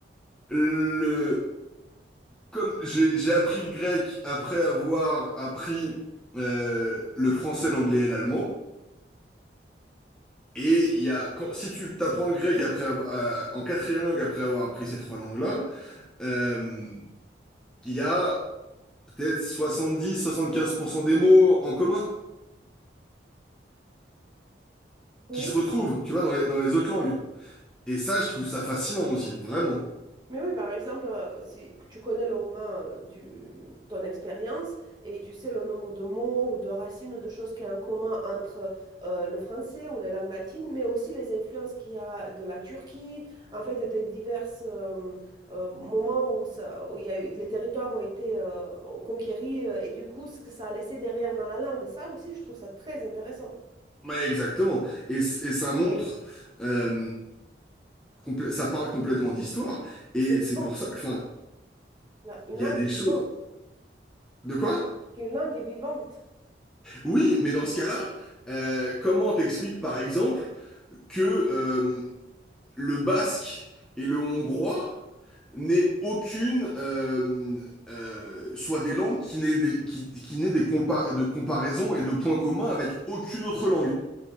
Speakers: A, in the centre; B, on the right.
A: le, comme j'ai, j'ai appris le grec après avoir appris euh, le français, l'anglais et l'allemand, et il y a, quand- si tu t'apprends le grec après, avoir- euh, en quatrième langue après avoir appris ces trois langues-là, euh, il y a peut-être 70-75% des mots en commun
B: Oui.
A: qui se retrouvent, tu vois, dans les, dans les autres langues. Et ça, je trouve ça fascinant aussi, vraiment.
B: Mais oui, par exemple, euh, si tu connais le roman euh, du ton expérience et tu sais le nombre de mots ou de racines ou de choses qui y a en commun entre euh, le français ou les langues latines, mais aussi les influences qu'il y a de la Turquie, en fait, des divers euh, euh, moments où, ça, où il y a eu- les territoires ont été euh, conquéris euh, et du coup, ce que ça a laissé derrière dans la langue. Ça aussi, je trouve ça très intéressant.
A: Mais exactement. Et, c- et ça montre, euh, complè- ça parle complètement d'histoire. Et
B: C'est vivant.
A: c'est pour ça, enfin,
B: La- Une
A: il
B: langue
A: y a des
B: est vivante.
A: choses. De quoi?
B: Une langue est vivante.
A: Oui, mais dans ce cas-là, euh, comment t'expliques par exemple que euh, le basque et le hongrois n'ait aucune, euh, euh, soit des langues qui n'aient des, qui, qui n'aient des compa- de comparaisons et de points communs avec aucune autre langue.